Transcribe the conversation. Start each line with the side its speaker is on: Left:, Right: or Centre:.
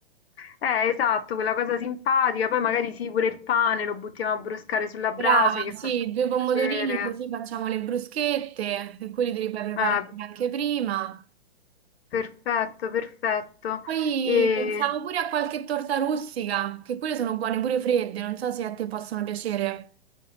Left: Eh, esatto, quella cosa simpatica, poi magari sì, pure il pane lo buttiamo a broscare sulla brace
Right: Brava,
Left: che
Right: sì,
Left: fa sempre
Right: due pomodorini
Left: piacere.
Right: così facciamo le bruschette e quelli te li puoi preparare
Left: Eh,
Right: anche prima.
Left: perfetto, perfetto.
Right: Poi
Left: E
Right: pensiamo pure a qualche torta rustica, che quelle sono buone pure fredde, non so se a te possono piacere.